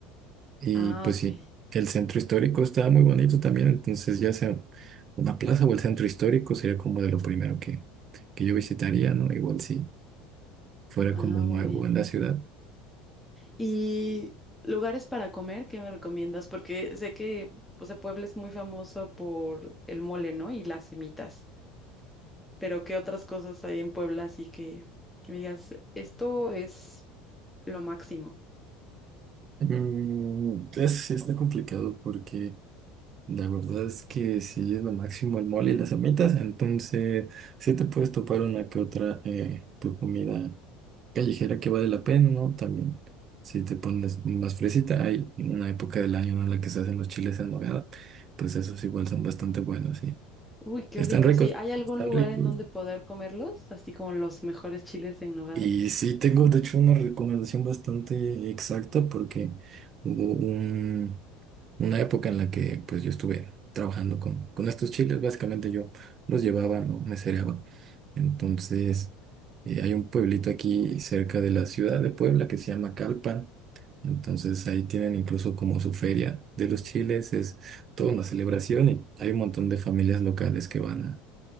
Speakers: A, on the right (about 30°); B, in the centre.
A: Y
B: Ah,
A: pues
B: ok.
A: sí, el centro histórico está muy bonito también, entonces ya sea una plaza o el centro histórico sería como de lo primero que, que yo visitaría, ¿no? Igual si fuera
B: Ah,
A: como nuevo
B: muy bien.
A: en la ciudad.
B: Y lugares para comer, ¿qué me recomiendas? Porque sé que, o sea, Puebla es muy famoso por el mole, ¿no? Y las semitas. Pero ¿qué otras cosas hay en Puebla? Así que, que me digas, esto es lo máximo.
A: Mm, es, sí está complicado porque la verdad es que sí es lo máximo el mole y las amitas, entonces sí te puedes topar una que otra eh, tu comida callejera que vale la pena, ¿no? También, si te pones más fresita, hay una época del año ¿no? en la que se hacen los chiles en nogada, pues esos igual son bastante buenos, sí.
B: Uy, qué
A: Están
B: rico,
A: ricos,
B: sí. ¿Hay algún
A: están
B: lugar
A: ricos.
B: en donde poder comerlos? Así como los mejores chiles en nogada.
A: Y sí, tengo de hecho una recomendación bastante exacta porque hubo un, una época en la que pues yo estuve trabajando con, con estos chiles, básicamente yo los llevaba, no me cereaba. Entonces, eh, hay un pueblito aquí cerca de la ciudad de Puebla que se llama Calpan. Entonces ahí tienen incluso como su feria de los chiles, es toda una celebración y hay un montón de familias locales que van